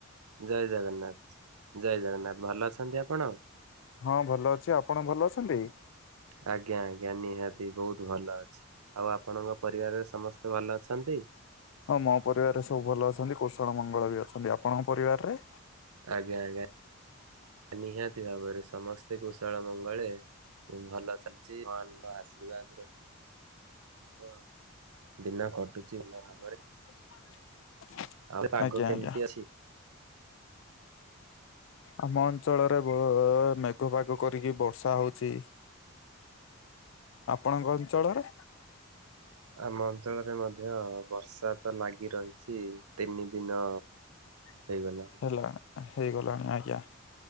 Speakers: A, on the right; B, on the left.
A: ଜୟ ଜଗନ୍ନାଥ! ଜୟ ଜଗନ୍ନାଥ! ଭଲ ଅଛନ୍ତି ଆପଣ?
B: ହଁ, ଭଲ ଅଛି। ଆପଣ ଭଲ ଅଛନ୍ତି?
A: ଆଜ୍ଞା, ଆଜ୍ଞା, ନିହାତି ବହୁତ ଭଲ ଅଛି। ଆଉ ଆପଣଙ୍କ ପରିବାରରେ ସମସ୍ତେ ଭଲ ଅଛନ୍ତି?
B: ହଁ, ମୋ ପରିବାରରେ ସବୁ ଭଲ ଅଛନ୍ତି। କୋଷଳ ମଙ୍ଗଳ ବି ଅଛନ୍ତି। ଆପଣଙ୍କ ପରିବାରରେ?
A: ଆଜ୍ଞା ଆଜ୍ଞା ନିହାତି ଭାବରେ ସମସ୍ତେ କୁଶଳ ମଙ୍ଗଳେ ଭଲ ଚାଲିଛି। ଭଗବାନଙ୍କ ଆଶୀର୍ବାଦ ରହିଛି। ତ ଦିନ କଟୁଛି ଭଲ ଭାବରେ।
B: <inaudible>
A: ଆଉ ପାଗ
B: ଆଜ୍ଞା
A: କେମିତି
B: ଆଜ୍ଞା
A: ଅଛି?
B: ଆମ ଅଞ୍ଚଳରେ ମେଘ ପାଗ କରିକି ବର୍ଷା ହଉଛି। ଆପଣଙ୍କ ଅଞ୍ଚଳରେ?
A: ଆମ ଅଞ୍ଚଳରେ ମଧ୍ୟ ବର୍ଷା ତ ଲାଗି ରହିଛି ତିନି ଦିନ
B: <inaudible>
A: ହେଇଗଲାଣି।
B: ହେଲାଣି ହେଇଗଲାଣି ଆଜ୍ଞା।